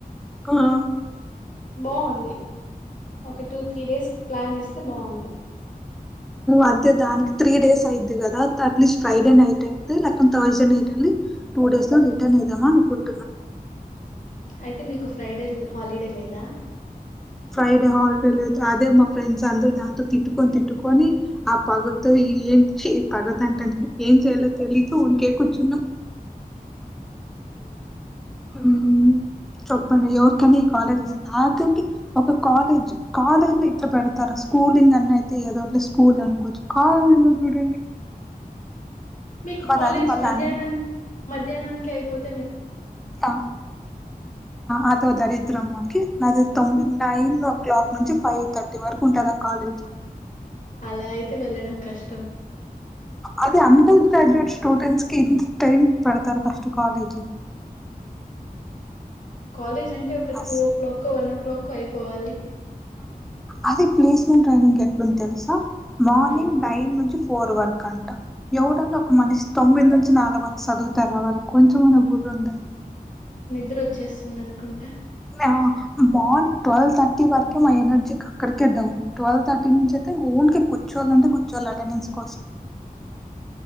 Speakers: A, in the centre; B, on the left.
A: ఆ
B: బాగుంది ఒక టూ త్రీ డేస్ ప్లాన్ వేస్తే బాగుంది
A: అంతే దానికి త్రీ డేస్ అయిద్ది కదా అట్లీస్ట్ ఫ్రైడే నైట్ అయితే తర్స్ డే నైట్ వెళ్ళి టూ డేస్ లో రిటర్న్ వేద్దామని అనుకుంటున్నాను
B: అయితే మీకు ఫ్రైడే హాలిడే లేదా
A: ఫ్రైడే హాలిడే లేదు అదే మా ఫ్రెండ్స్ అందరు దాంతో తిటుకొని తిట్టుకొని ఆ పగతో ఏం చెయ్ పగతగా ఏం చేయాలో తెలియక ఊరికే కూర్చున్నాం
B: <inaudible> అయ్యో
A: ఉమ్ చెప్పండి ఎవరికన్నా ఈ కాలేజ్ వస్తుంది ఆఖరికి ఒక కాలేజ్ కాలేజ్ లో ఇట్లా పెడతారా స్కూలింగ్ అన్న అయితే ఏదోట్లే స్కూల్ అనుకోవచ్చు కాలేజీ లో చూడండి
B: మీకు
A: మాది
B: కాలేజ్
A: అది మళ్ళీ
B: మధ్యాహ్నానికి
A: అన్
B: మధ్యాహ్నానికి అయిపోతు
A: టా ఆదో దరిద్రముమా ఓకే నాది తొంది నైన్ ఓ క్లాక్ నుంచి ఫైవ్ థర్టీ వరకు ఉంటదా ఆ కాలేజ్
B: అలా అయితే వెళ్ళడం కష్టం
A: అదే అండర్ గ్రాజ్యుయేట్ స్టూడెంట్స్ కి ఇంత టైమ్ పెడతారు ఫస్ట్ కాలేజీ
B: కాలేజ్ అంటే ఒక
A: అస్
B: టూ o'clock one o'clock అయిపోవాలి
A: అదే ప్లేస్మెంట్ టైనింగ్ ఎట్లుంది తెలుసా మార్నింగ్
B: హ్మ్,
A: నైన్ నుంచి ఫోర్ వర్ కంట ఎవడన్నా ఒక మనిషి తొమ్మిది నుంచి నాలుగు వక్క చదువుత రావాలి కొంచెం అన్నా బుర్ర ఉందా
B: నిద్ర వచ్చేస్తుంది అనుకుంటే
A: ఆ మార్నింగ్ ట్వెల్వ్ థర్టీ వరకే మా ఎనర్జీ అక్కడికేడవు ట్వెల్వ్ థర్టీ నుంచి అ ఊన్ కి కూర్చోవల్ల అంటే కూర్చోవాల్ల అటెండెన్స్ కోసం
B: అ